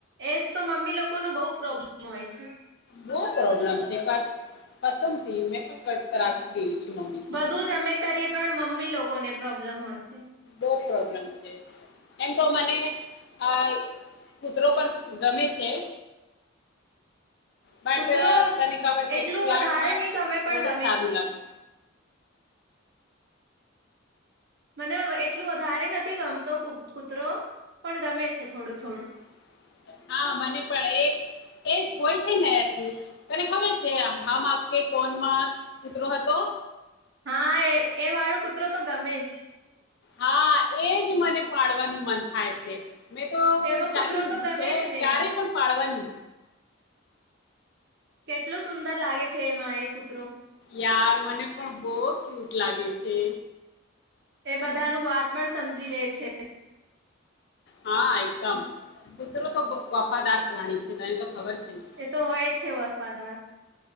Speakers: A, on the right; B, on the left.
A: એ જ તો, મમ્મી લોકો નો બઉ પ્રોબ્લેમ હોય છે.
B: બઉ પ્રોબ્લમ છે, કાસ કસમથી મે પણ કંતારી ગયું છે. મમ્મીથી
A: બધું જ અમે કરીએ પણ મમ્મી લોકો ને પ્રોબ્લેમ હોય છે.
B: બહું પ્રોબ્લેમ છે. એમ તો મને આ કૂતરો પણ ગમે છે. બટ
A: કૂતરો
B: તને ખબર
A: એટલું
B: છે. પ્લાટમાં
A: વધારે નહી ગમે પણ
B: થોડીક
A: ગમે
B: સારું
A: છે
B: લાગે
A: મને એટલું વધારે નથી ગમતો કૂતરો પણ, ગમે છે.
B: <unintelligible>
A: થોડું થોડું
B: હા મને પણ એ એ જ હોય છે ને, એ તને ખબર છે હમ આપકે કોણમાં કુતરો હતો?
A: હા, એ એ વાળો કૂતરો તો ગમે જ
B: હા, એ જ મને પાડવાનું મન થ થાય છે મેં તો
A: એવો
B: વિચારી
A: કૂતરો
B: લીધું
A: તો ગમે
B: છે.
A: જ ને
B: ક્યારે પણ પાડવાની
A: કેટલો સુંદર લાગે છે, એમાં એ કૂતરો.
B: યાર, મને પણ બહ ક્યુટ લાગે છે.
A: એ બધાનું વાત પણ સમજી લે છે.
B: હા! એકદમ કુતરો તો વફાદાર પ્રાણી છે. તને તો ખબર છે. ને
A: એ તો હોય જ છે વફાદાર.